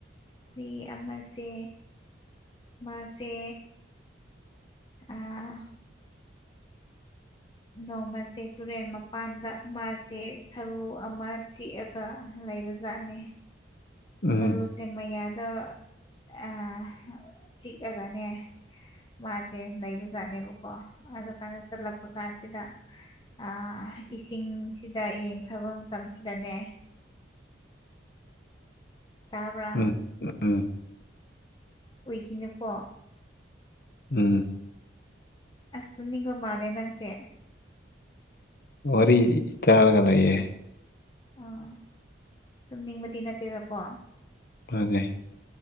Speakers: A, on the left; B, on the left.
A: ꯍꯨꯏ ꯑꯃꯁꯦ ꯃꯥꯁꯦ ꯑꯥ ꯅꯣꯡꯃꯁꯦ ꯇꯨꯔꯦꯜ ꯃꯄꯥꯟꯗ ꯃꯥꯁꯦ ꯁꯔꯨ ꯑꯃ ꯆꯤꯛꯑ ꯒ ꯂꯩꯕ ꯖꯥꯠꯅꯦ
B: ꯎꯝ
A: ꯁꯔꯨꯁꯦ ꯃꯌꯥꯗ ꯑꯥ ꯆꯤꯛꯑꯒꯅꯦ ꯃꯥꯁꯦ ꯂꯩꯕꯖꯥꯠꯅꯦꯕꯀꯣ ꯑꯗꯨꯀꯥꯟꯗ ꯆꯠꯂꯛꯄ ꯀꯥꯟꯁꯤꯗ ꯑꯥ ꯏꯁꯤꯡꯁꯤꯗ ꯌꯦꯡꯊꯕ ꯃꯇꯝꯁꯤꯗꯅꯦ ꯇꯥꯕ꯭ꯔꯥ
B: ꯎꯝ ꯎꯝ
A: ꯎꯏꯈꯤꯅꯨꯀꯣ
B: ꯎꯝ
A: ꯑꯁ ꯇꯨꯝꯅꯤꯡꯕ ꯃꯥꯜꯂꯦ ꯅꯪꯁꯦ
B: ꯋꯥꯔꯤꯔꯤ ꯇꯥꯔꯒ ꯂꯩꯌꯦ
A: ꯑꯥ ꯇꯨꯝꯅꯤꯡꯕꯗꯤ ꯅꯠꯇꯦꯗꯀꯣ
B: ꯃꯥꯟꯅꯦ